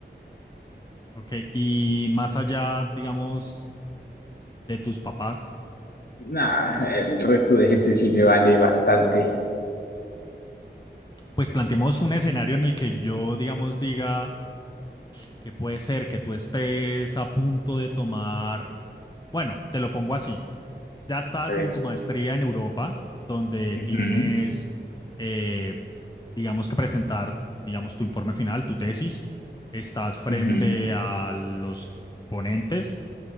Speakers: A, on the left; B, on the left.
A: Ok, y más allá, digamos, de tus papás,
B: Nah, el resto de gente sí me vale bastante.
A: pues planteemos un escenario en el que yo, digamos, diga que puede ser que tú estés a punto de tomar Bueno, te lo pongo así. Ya estás
B: A ver,
A: en tu maestría en Europa, donde
B: Ujú,
A: tienes, eh, digamos que presentar, digamos, tu informe final, tu tesis. Estás frente
B: ujú.
A: a los ponentes